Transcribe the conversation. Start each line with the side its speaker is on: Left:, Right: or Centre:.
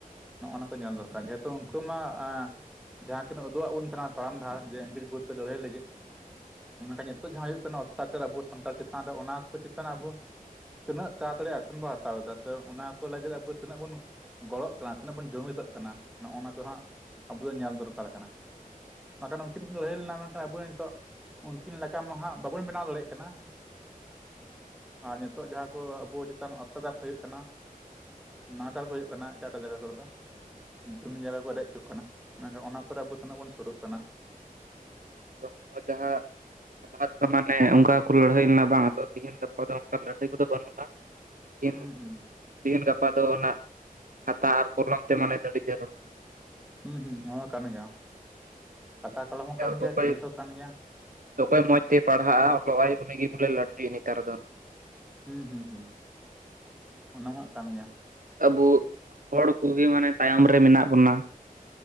Centre: ᱱᱚᱜᱼ ᱱᱚᱣᱟ ᱠᱚ ᱧᱮᱞ ᱫᱚᱨᱠᱟᱨ᱾ᱡᱮᱦᱮᱛᱩ ᱩᱱᱠᱩ ᱢᱟ, ᱡᱟᱦᱟᱸ ᱠᱤᱱ ᱩᱫᱩᱜ ᱟᱜ ᱵᱚᱱ ᱛᱟᱦᱮᱱᱟ ᱛᱟᱲᱟᱢ ᱰᱟᱦᱟᱨ ᱡᱮ ᱤᱝᱨᱟᱸᱡ ᱵᱤᱨᱩᱫᱽ ᱛᱮ ᱞᱟᱹᱲᱦᱟᱹᱭ ᱞᱟᱹᱜᱤᱫ᱾ ᱢᱮᱱᱠᱷᱟᱱ ᱱᱤᱛᱚᱜ ᱡᱟᱦᱟᱸ ᱦᱩᱭᱩᱜ ᱠᱟᱱᱟ ᱚᱛᱛᱟᱪᱟᱨ ᱟᱵᱚ ᱥᱟᱱᱛᱟᱲ ᱪᱮᱛᱟᱱ ᱨᱮ᱾ ᱚᱱᱟ ᱠᱚ ᱪᱮᱛᱟᱱ ᱟᱵᱚ, ᱛᱤᱱᱟᱹᱜ ᱛᱟᱲᱟ ᱛᱟᱲᱤ ᱮᱠᱥᱮᱱ ᱵᱚᱱ ᱦᱟᱛᱟᱣ ᱮᱫᱟ᱾ᱥᱮ ᱚᱱᱟ ᱠᱚ ᱞᱟᱹᱜᱤᱫ ᱟᱵᱚ ᱛᱤᱱᱟᱹᱜ ᱵᱩᱱ ᱜᱚᱲᱚᱜ ᱠᱟᱱᱟ ᱛᱤᱱᱟᱹᱜ ᱵᱚᱱ ᱡᱩᱢᱤᱫᱚᱜ ᱠᱟᱱᱟ ᱱᱚᱜᱼᱱᱟ ᱠᱚ ᱦᱟᱸᱜ ᱟᱵᱚ ᱫᱚ ᱧᱮᱞ ᱫᱚᱨᱠᱟᱨ ᱠᱟᱱᱟ᱾ ᱵᱟᱠᱷᱟᱱ ᱩᱱᱠᱤᱱ ᱠᱤᱱ ᱞᱟᱹᱲᱦᱟᱹᱭ ᱞᱮᱱᱟ᱾ ᱢᱮᱱᱠᱷᱟᱱ ᱟᱵᱚ ᱱᱤᱛᱚᱜ ᱩᱱᱠᱤᱱ ᱞᱮᱠᱟ ᱢᱟ ᱦᱟᱸᱜ ᱵᱟᱵᱚᱱ ᱵᱮᱱᱟᱣ ᱫᱟᱲᱮᱭᱟᱜ ᱠᱟᱱᱟ᱾ ᱟ ᱱᱤᱛᱳᱜ ᱡᱟᱦᱟᱸ ᱠᱚ ᱟᱵᱚ ᱪᱮᱛᱟᱱ ᱚᱛᱛᱟᱪᱟᱨ ᱠᱚ ᱦᱩᱭᱩᱜ ᱠᱟᱱᱟ, ᱱᱟᱦᱟᱪᱟᱨ ᱠᱚ ᱦᱩᱭᱩᱜ ᱠᱟᱱᱟ ᱮᱴᱟᱜ ᱮᱴᱟᱜ ᱡᱟᱭᱜᱟ ᱠᱚᱨᱮ ᱫᱚ᱾ ᱡᱩᱢᱤ ᱡᱟᱜᱟ ᱠᱚ ᱨᱮᱡ ᱦᱚᱪᱚᱜ ᱠᱟᱱᱟ᱾ ᱢᱮᱱᱠᱷᱟᱱ ᱚᱱᱟ ᱠᱚᱨᱮ ᱟᱵᱚ ᱛᱤᱱᱟᱹᱜ ᱵᱚᱱ ᱥᱩᱨᱳᱜ ᱠᱟᱱᱟ᱾
Right: ᱛᱚ ᱡᱟᱦᱟᱸ ᱞᱟᱦᱟ ᱛᱮ ᱢᱟᱱᱮ ᱚᱱᱠᱟ ᱠᱚ ᱞᱟᱹᱲᱦᱟᱹᱭ ᱞᱮᱱᱟ ᱵᱟᱝ᱾ ᱟᱫᱚ ᱛᱤᱦᱤᱧ ᱜᱟᱯᱟ ᱫᱚ ᱚᱱᱠᱟ ᱞᱟᱹᱲᱦᱟᱹᱭ ᱠᱚᱫᱚ ᱵᱟᱹᱱᱩᱜᱼᱟ᱾ ᱛᱤᱦᱤᱧ
Centre: ᱦᱩᱸ ᱦᱩᱸ
Right: ᱛᱤᱦᱮᱧ ᱜᱟᱯᱟ ᱫᱚ ᱚᱱᱟ ᱠᱷᱟᱛᱟ ᱟᱨ ᱠᱚᱞᱚᱢ ᱛᱮ ᱢᱟᱱᱮ ᱫᱟᱹᱰᱤ ᱡᱟᱹᱨᱩᱲ
Centre: ᱦᱩᱸ ᱦᱩᱸ ᱱᱚᱣᱟ ᱦᱚᱸ ᱠᱟᱱ ᱜᱮᱭᱟ᱾ ᱠᱷᱛᱟ ᱠᱚᱞᱚᱢ ᱦᱚᱸ ᱠᱟᱱ ᱜᱮᱭᱟ
Right: ᱚᱠᱚᱭ
Centre: ᱡᱩᱢᱤᱫ ᱦᱚᱸ ᱠᱟᱱ ᱜᱮᱭᱟ᱾
Right: ᱚᱠᱚᱭ ᱢᱚᱸᱡ ᱛᱮᱭ ᱯᱟᱲᱦᱟᱜᱼᱟ ᱚᱞᱚᱜᱼ ᱟᱭ ᱩᱱᱤᱜᱮ ᱵᱚᱞᱮ ᱞᱟᱹᱴᱩᱭᱟ ᱱᱮᱛᱟᱨ ᱫᱚ᱾
Centre: ᱦᱩᱸ ᱦᱩᱸ ᱦᱩᱸ ᱚᱱᱟ ᱢᱟ ᱠᱟᱱ ᱜᱮᱭᱟ᱾
Right: ᱟᱵᱩ ᱦᱚᱲ ᱠᱚᱜᱮ ᱢᱟᱱᱮ ᱛᱟᱭᱚᱢ ᱨᱮ ᱢᱮᱱᱟᱜ ᱵᱚᱱᱟ᱾